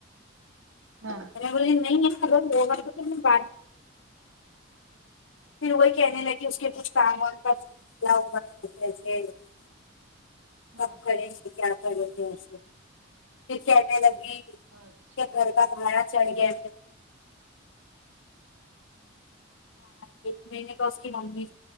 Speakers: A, on the right; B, on the left.
A: ہاں
B: می بولی نہیں نہیں پھر وہی کہنے لگی اس کے کچھ کام پر <unintelligible>
A: ہاں
B: کب کریں گے کیا کریں گے اسے پھر کہنے لگی
A: اچھا
B: گھر کا کمیا چلگیا ایک مہینے کا اس کی ممی